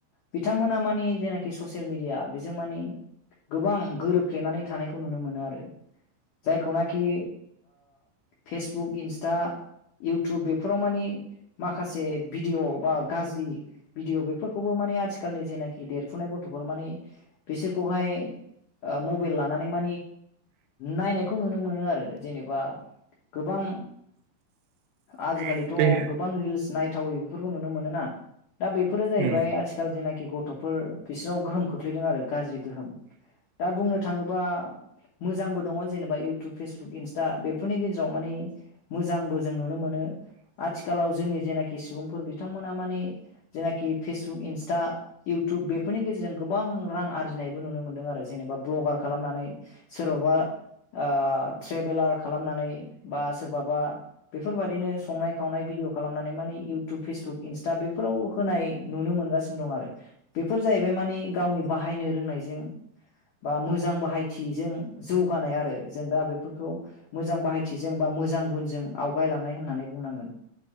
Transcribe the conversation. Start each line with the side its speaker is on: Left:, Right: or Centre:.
Left: बिथांमोना मानिे जेनाखि ससियेल मिडिया बेजों मानि गोबां गोरोबफ्लेनानै थानायखौ नुनो मोनो आरो जायखौनाखि फेसबुक इन्सटा इउटुब बेफोराव मानि माखासे भिडिअ' बा गाज्रि भिडिअ बेफोरखौबो म आथिखालनि देरफुनाय गथ'फोर माने बिसोरखौहाय मबे ला नानै म नायनायखौ नुनो मोनो आरो जेनेबा गोबां
Right: <inaudible>
Left: आजिखालिथ
Right: दे
Left: गोबां रिल्स नायथावै बेफोरखौ नुनो मोनोना दा बेफोरो जाहैबाय
Right: उम
Left: आथिखाल जेनाखि खि गथफोर बिसोरनाव गोहोम खोख्लैदों आरो गाज्रि गोहोम दा बुंनो थाङोबा मोजांबो दङ जेनेबा इउटुब फेसबुक इन्स्टा बेफोरनि गेजेराव माने मोजांबो जों नुनो मोनो आथिखालाव जोंनि जेनाखि सुबुंफोर बिथांमोना मानिे जेनाखि फेसबुक इन्स्टा इउटुब बेफोरनि गेजेरजों गोबां रां आरजिनायबो नुनो मोनदों आरो जेनेबा भ्लगार खालामनानै सोरबाबा ट्रेभेलार खालामनानै बा सोरबाबा बेफोरबायाददिनो संनाय खावनाय बिदि अ खालामनानै माने इटुब फेसबुक इटा बेफोराव होनाय नुनो मोनगासिनो दं आरो बेफोर जाय <unintelligible> माने गावनि बाहायनो लोंनायजों बा मो मोजां बाहायथिजों। जौगानाय आरो जों दा बिफोरखौ मोजां बाहायथि जों बा मोजां गुनजों आवगायलांनाय होननानै बुंनांगोन